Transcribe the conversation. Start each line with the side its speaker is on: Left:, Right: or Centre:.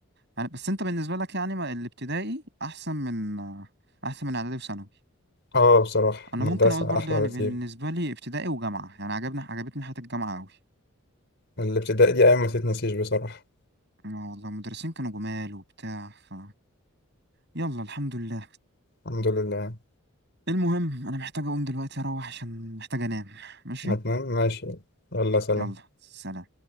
Right: يعني بس انت بالنسبة لك يعني ما- الابتدائي احسن من احسن من اعدادي وثانوي
Left: أه بصراحة
Right: انا
Left: المدرسة
Right: ممكن اقول برضو
Left: أحلى
Right: يعني
Left: بكتير
Right: بالنسبة لي ابتدائي وجامعة يعني عجبني عجبتني حياة الجامعة قوي
Left: الابتدائي دي أيام ما تتنسيش بصراحة
Right: اه والله المدرسين كانوا جمال وبتاع ف يلا الحمد لله
Left: الحمد لله يعني.
Right: المهم انا محتاج اقوم دلوقتي اروح عشان محتاج انام ماشي
Left: هتنام ماشي يلا سلام
Right: يلا سلام